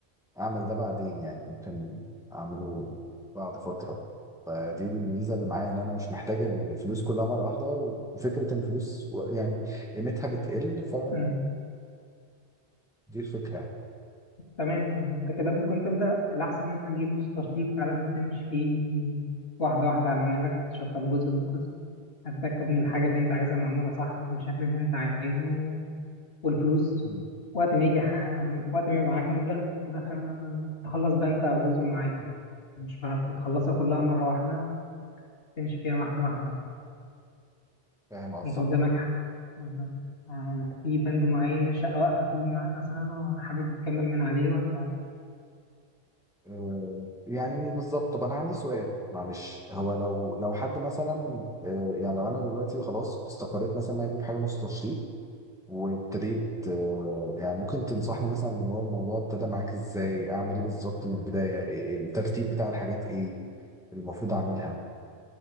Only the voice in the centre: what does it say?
اعمل ده بعدين يعني ممكن اعمله بعد فتره فدي الميزه اللي معايا ان انا مش محتاج الفلوس كلها مره واحده وفكره ان الفلوس و- يعني قيمتها بتقل فدي
الفكره
مم.
فاهم قصدك
آه، يعني مش بالظبط طب انا عندي سؤال معلش هو لو لو حد مثلا آه، يعني لو انا دلوقتي خلاص استقريت مثلا إن أنا اجيب حاجه نص تشطيب وابتديت آه، يعني ممكن تنصحني مثلا اللي هو الموضوع ابتدى معاك ازاي اعمل ايه بالظبط من البدايه إيه- إيه، الترتيب بتاع الحاجات ايه المفروض اعملها